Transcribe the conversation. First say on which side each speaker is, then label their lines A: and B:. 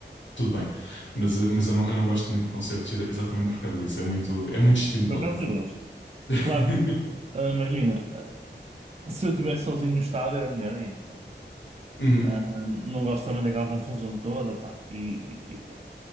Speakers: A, on the left; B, on the right.
A: tudo bem. Mas, eh, mas eu não, eu não gosto muito de concertos exa- exatamente
B: É.
A: por causa disso, é muito, é muito estimulante.
B: Eu, Por acaso eu gosto.
A: <laughs>
B: Claro que, ah, imagina, ah, se eu estivesse sozinho no estádio era melhor ainda.
A: Uhum,
B: Ah, não gosto também daquela confusão toda, pá. E, e, e pronto.